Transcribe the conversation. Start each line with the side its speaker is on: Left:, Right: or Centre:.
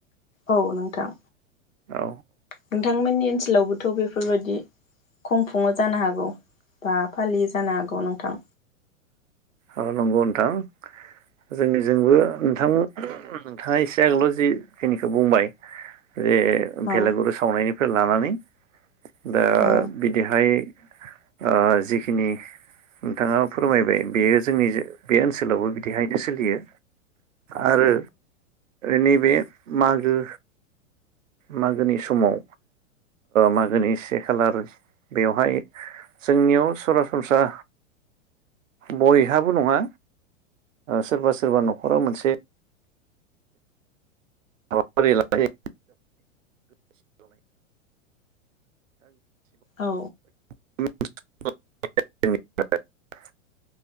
Left: औ नोंथां
Right: औ
Left: नोंथांमोननि ओनसोलावबो थ' बेफोरबायदि खुंफुङो जानो हागौ बा फालियो जानो हागौ नोंथां
Right: औ नंगौ नोंथां जोंनिजोंबो नोंथां नोंथाङा एसे आगोलाव जिखिनिखो बुंबाय बेे बेलागुरु
Left: औ
Right: सावनायनि लानानै दा
Left: औ
Right: बिदिहाय ओ जिखिनि नोंथाङा फोरमायबाय बेयो जोंनि बे ओनसोलावबो बिदिहायनो सोलियो आरो नैबे मागो मागोनि समाव मागोनि से खालार बेवहाय जोंनियाव सरासनस्रा बय बेहाबो नङा सोरबा सोरबा न'खराव मोनसे हाबाफारिलानाय
Left: औ
Right: <unintelligible>